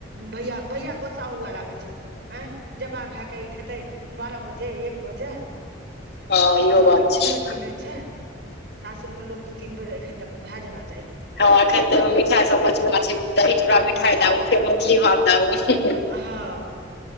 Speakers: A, on the right (about 60°); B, on the left (about 55°).
A: भैया भैया गोस्सा हुए लागै छै हँ जबां भएकेऽ ई खेतै बारह बजे एक बजे
B: हँ
A: एकर
B: इहो
A: सभके
B: बात
A: कोनो
B: छै
A: अथी नय छै सासुर मे लोक केँ दू तीन बेर एखन तक भए जेना
B: हँ एखन तऽ मिठाइ सब बचल <inaudible> बला छै दही चूड़ा
A: हँ
B: मिठाई दाबू फेर मछली भात दाबू
A: हँ